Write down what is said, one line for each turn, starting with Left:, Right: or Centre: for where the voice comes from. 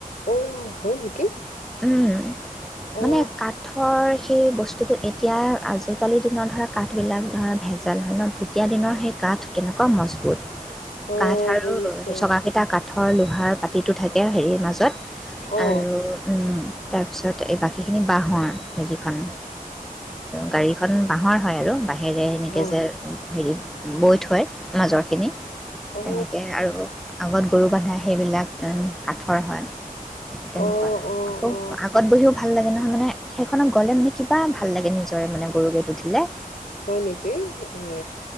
Left: অ হয় নেকি
Centre: উম মানে
Left: অ
Centre: কাঠৰ সেই বস্তু বস্তুটো এতিয়া আজিকালি দিনৰত ধৰা ক গ বিলাক ধৰা ভেজাল হয় ন তেতিয়া দিনৰ সেই গাঠ কেনেকুৱা মজবুত
Left: অ
Centre: কাঠ আৰু
Left: বুজিছো
Centre: চক কেইটা কাঠ লোহাৰ পা টো থাকে হেৰিৰ মাজত
Left: অ
Centre: আৰু তাৰ পিছত এই বাকীখিনি বাহৰ হেৰিখন গাড়ীখন বাহৰ হয় আৰু ৰে সেনেকৈ
Left: অ
Centre: যে হেৰি বৈ থোৱ মাজৰখিনি
Left: অ
Centre: তেনেকে আৰু আগত গৰু বধা সেইবিলাক কাঠৰ হয় সেই তেনেকুৱা
Left: অ
Centre: আৰু
Left: অ অ
Centre: আকৌ আগত বহিও ভাল লাগে নহয় মানে সেইখনক গ'লে মানে কিবা ভাল লাগে নিজৰে মানে গৰু গেই উঠিলে?
Left: হয় নেকি এ